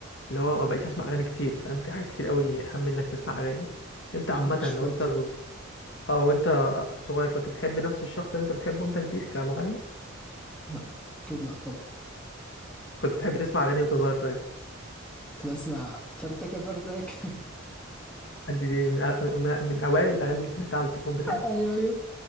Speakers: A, on the left; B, in the centre.
A: اللي هو ما بقيتش اسمع اغاني كتير فاهم في حاجه كتير قوي اهم انك تسمع اغاني يعني انت عامه
B: مش فاضي
A: وانت اه وانت صغير كنت بتحب نفس الشخص اللي انت بتحبه وانت كبير كمغني
B: لا اكيد لا طبعا
A: كنت بتحب تسمع اغاني وانت صغير طيب
B: كنت بسمع فرتكه فرتك
A: دي دي من أ- من من اوائل الاغاني اللي سمعتها على التليفون بتاعي
B: <laughs> ايوه ايوه